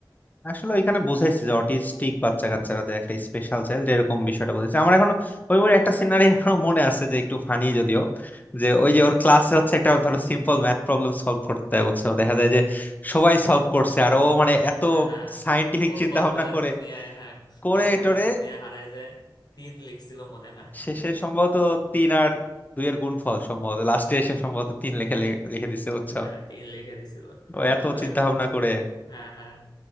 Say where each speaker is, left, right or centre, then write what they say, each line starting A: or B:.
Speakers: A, on the left (about 20°); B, on the left (about 60°).
A: আসলে এখানে বুঝাইছে যে অটিস্টিক বাচ্চা কাচ্চারা একটা স্পেশাল চাইল্ড এরকম বিষয়টা বলেছে আমার এখনো ওই মুভির একটা সিনারি <laughs> এখনো মনে আছে যে একটু ফানি যদিও যে ওই যে ওর ক্লাসে হচ্ছে একটা ধরো সিম্পল ম্যাথ প্রবলেম সলভ করতে হয় বুঝছো দেখা যায় যে সবাই সলভ করছে আর ও মানে এত
B: হ্যাঁ হ্যাঁ
A: সায়েন্টিফিক
B: ও
A: চিন্তা
B: কল্পনার
A: ভাবনা করে
B: দুনিয়ায় হ্যাঁ
A: করে
B: কল্পনার
A: টোরে
B: দুনিয়ায় হারায় যায় তিন লিখছিল মনে হয়
A: শেষে সম্ভবত তিন আর দুইয়ের গুণফল সম্ভবত লাস্টে এসে সম্ভবত তিন লেখে লে- লিখে দিছে বুঝছো
B: হ্যাঁ তিন লিখে দিছিল
A: ও
B: তারপরে
A: এত চিন্তা ভাবনা করে
B: হ্যাঁ হ্যাঁ